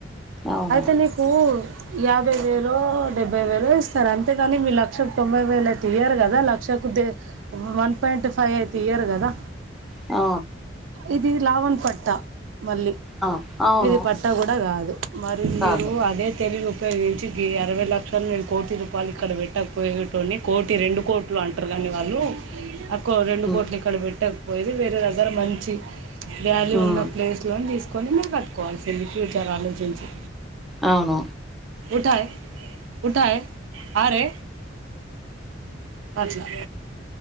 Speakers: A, in the centre; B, on the right.
A: అవును
B: అయితే నీకు యాభై వేలు డెబ్బై వేలు ఇస్తారు అంతేగాని మీ లక్షలు తొంభై వేలు అయితే ఇయ్యారు కదా లక్ష <unintelligible> వన్ పాయింట్ ఫైవ్ అయితే ఇయరు కదా
A: ఆ
B: ఇది లావణ పట్ట మళ్ళీ
A: ఆ అవును
B: ఇది పట్టా కూడా కాదు మరి మీరు
A: కాదు
B: అదే తెలివి ముప్పై నుంచి అరవై లక్షలు నేను కోటి రూపాయలు ఇక్కడ పెట్టకపోయటని కోటి రెండు కోట్ అంటారు కానీ వాళ్ళు రెండు
A: మ్
B: కోట్లు ఇక్కడ పెట్టకపోయిది వేరే దగ్గర మంచి వ్యాల్యూ
A: మ్
B: ఉన్న ప్లేస్ లోని తీసుకు కొన్ని కట్టుకోవాల్సింది ఫ్యూచర్ అలోచించి
A: అవును
B: ఉఠా ఉఠయ ఆ రే అట్లా